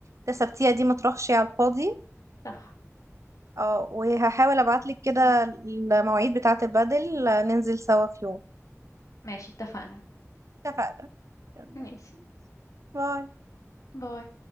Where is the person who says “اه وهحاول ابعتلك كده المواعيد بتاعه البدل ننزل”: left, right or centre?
Right